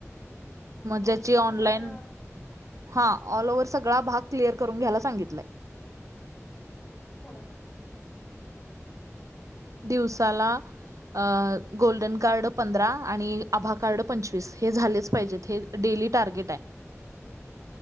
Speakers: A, on the left; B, on the right.
A: म्हणजे
B: म
A: टोटली
B: ज्याचे ऑनलाईन
A: सगळ्याच
B: हा ऑल ओव्हर सगळा भाग क्लिअर करून घ्यायला सांगितलंय
A: घेताय थोडासा <inaudible>
B: दिवसाला अ गोल्डन कार्ड पंधरा आणि आभा कार्ड पंचवीस हे झालेच पाहिजेत हे डेली टार्गेट आहे.